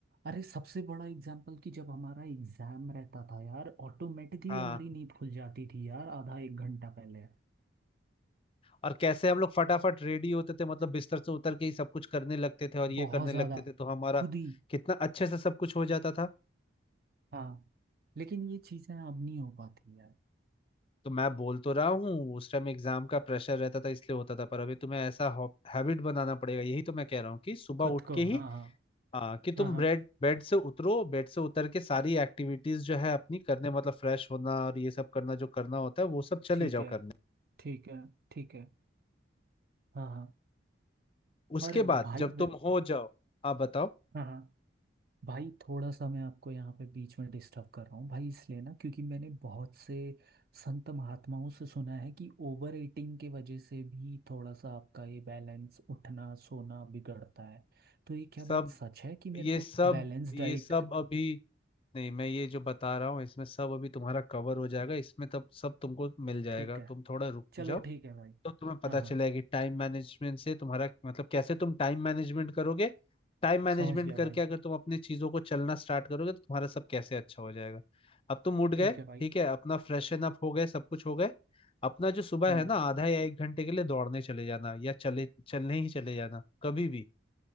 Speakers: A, on the right; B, on the left.
A: अरे सबसे बड़ा एग्जाम्पल कि जब हमारा एग्जाम रहता था यार ऑटोमेटिकली
B: हाँ
A: हमारी नींद खुल जाती थी यार आधा एक घंटा पहले
B: और कैसे हम लोग फटाफट रेडी होते थे मतलब बिस्तर से उतर के ही सब कुछ करने लगते थे और ये
A: बहुत
B: करने
A: ज्यादा
B: लगते थे तो हमारा
A: खुद ही
B: कितना अच्छे से सब कुछ हो जाता था
A: हाँ लेकिन ये चीजें अब नहीं हो पाती यार
B: तो मैं बोल तो रहा हूँ उस टाइम एग्जाम का प्रेशर रहता था इसलिए होता था पर अभी तुम्हें ऐसा हैबिट बनाना पड़ेगा यही तो मैं कह रहा हूँ कि सुबह
A: खुद
B: उठ
A: को
B: के
A: हाँ
B: ही
A: हाँ
B: आ, कि तुम
A: हाँ हाँ
B: बेड बेड से उतरो बेड से उतर के सारी एक्टिविटीज जो है अपनी करने मतलब फ्रेश होना और ये सब करना जो करना होता है वो सब चले
A: ठीक
B: जाओ
A: है
B: करने
A: ठीक है ठीक है हाँ हाँ
B: उसके
A: और
B: बाद
A: भाई
B: जब
A: वे-
B: तुम हो जाओ आप बताओ
A: हाँ हाँ भाई थोड़ा सा मैं आपको यहाँ पे बीच में डिस्टर्ब कर रहा हूँ भाई इसलिए ना क्योंकि मैंने बहुत से संत महात्माओं से सुना है कि ओवर ईटिंग के वजह से भी थोड़ा सा आपका ये बैलेंस उठना सोना बिगड़ता है तो ये क्या
B: सब
A: बात सच है कि मेरे
B: ये
A: को
B: सब
A: बैलेंस
B: ये
A: डाइट
B: सब अभी नहीं मैं ये जो बता रहा हूँ इसमें सब अभी तुम्हारा कवर हो जाएगा इसमें तब सब तुमको मिल जाएगा
A: ठीक है
B: तुम थोड़ा रुक
A: चलो
B: जाओ
A: ठीक है भाई
B: तो तुम्हें पता
A: हाँ हाँ
B: चला है कि टाइम मैनेजमेंट से तुम्हारा मतलब कैसे तुम टाइम मैनेजमेंट करोगे टाइम मैनेजमेंट
A: समझ गया
B: करके
A: भाई
B: अगर तुम अपनी चीजों को चलना स्टार्ट करोगे तो तुम्हारा सब कैसे अच्छा हो जाएगा अब तुम उठ गए
A: ठीक है भाई
B: ठीक है अपना फ्रेशन अप हो गए सब कुछ हो गए अपना जो सुबह
A: हाँ
B: है ना आधा या एक घंटे के लिए दौड़ने चले जाना या चले चलने ही चले जाना कभी भी